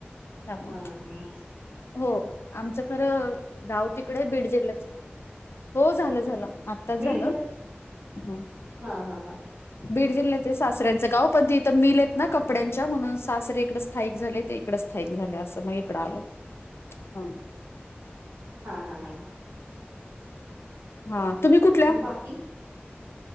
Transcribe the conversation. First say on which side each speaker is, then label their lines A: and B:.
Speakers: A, on the left (about 80°); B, on the right (about 65°).
A: त्यामुळे
B: हा हा ह ह.
A: हो आमचं खरं गाव तिकडे आहे बीड जिल्हाच हो झालं झालं. आताच
B: बीड
A: झालं,
B: जिल्ह्यात
A: ह.
B: हा हा हा
A: बीड जिल्ह्यात सासऱ्यांचं गाव पण तिथं मिल आहेत ना कपड्या म्हणून सासरे इकडे स्थायिक झाले, तर इकडे स्थायिक झाले असं तर मग इकडे आलो. हा
B: हा हा हा हा.
A: हा तुम्ही कुठल?
B: हा बाकी